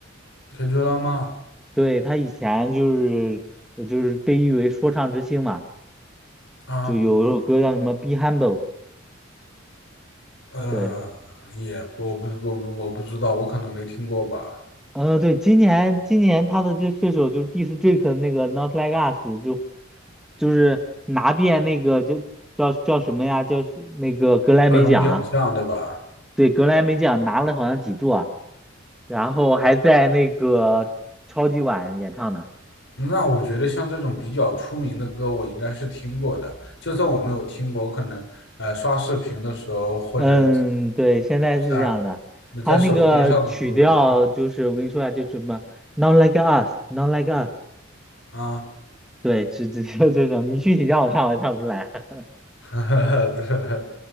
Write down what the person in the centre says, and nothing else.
对他以前就是呃就是被誉为说唱之星嘛，
就有首歌叫什么《Be Humble》，
对。
嗯，对，今年今年他的这这首就是 Diss Drake 的那个 Not Like Us，就就是拿遍那个就叫叫什么呀？叫是那个格莱美奖啊，
对，格莱美奖拿了好像几座，然后还在那个超级碗演唱呢。
嗯，对，现在是这样的，
他那个曲调就是我跟你说呀、
就什么 Not Like Us，Not Like Us，
对，就就就这种，你具体叫我唱我也唱不出来。<laughs>